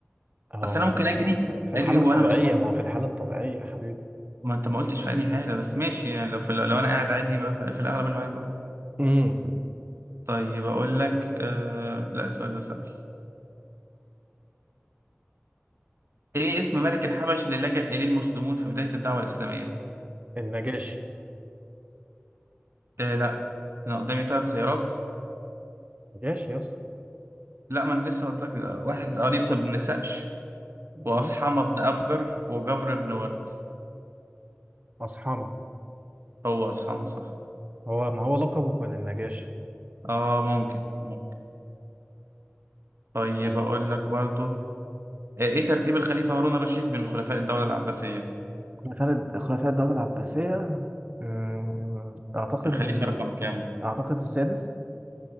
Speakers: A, on the right; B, on the right.
A: اهو
B: بس انا
A: في
B: ممكن
A: في
B: اجري
A: في
B: اجري
A: الحالة
B: وانا
A: الطبيعية
B: مش مم...
A: ما هو في الحالة الطبيعية يا حبيبي
B: ما انت ما قلتش في اي حاله بس ماشي يعني لو في ال- لو انا قاعد عادي يبقى في الاغلب اللعاب أه.
A: امم
B: طيب اقول لك آه... لا السؤال ده سهل ايه اسم ملك الحبش اللي لجأ اليه المسلمون في بدايه الدعوه الاسلاميه
A: النجاشي
B: آه لا انا قدامي ثلاث خيارات
A: نجاشي يس
B: لا ما انا لسه هقول لك واحد اريق بن سقش
A: ايوه
B: وأصحمة بن أبجر وجبر بن ورد
A: مصحمة
B: هو أصحابنا صح
A: هو ما هو لقبه كان النجاشي
B: اه ممكن ممكن طيب
A: تمام.
B: أقول لك برضو آه، ايه ترتيب الخليفة هارون الرشيد بين خلفاء الدولة العباسية
A: خلافة خلفاء الدولة العباسية أمم، أعتقد
B: الخليفة
A: ال...
B: رقم كام
A: أعتقد السادس